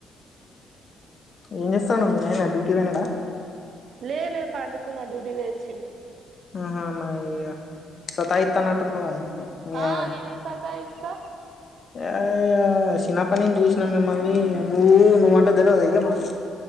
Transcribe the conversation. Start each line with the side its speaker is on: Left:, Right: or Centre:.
Left: ఏం చేస్థాండు మీ అయనా డ్యూటీ కి పయినడా
Right: లేద్ లేద్ పండుకున్నడు డ్యూటీ కి పొయ్యోచ్చిండు
Left: ఆహా మ ఇగ సతఇత్తనట్టున్నవ్ గ మీ
Right: ఆ
Left: అయనన్
Right: నేనేం సతాయిస్తా
Left: అ ఇగ చిన్నప్పటి నుంచి చూసినా మిమ్మల్ని నువ్వు నువ్్వంటే తెలువదా ఇగ మాకు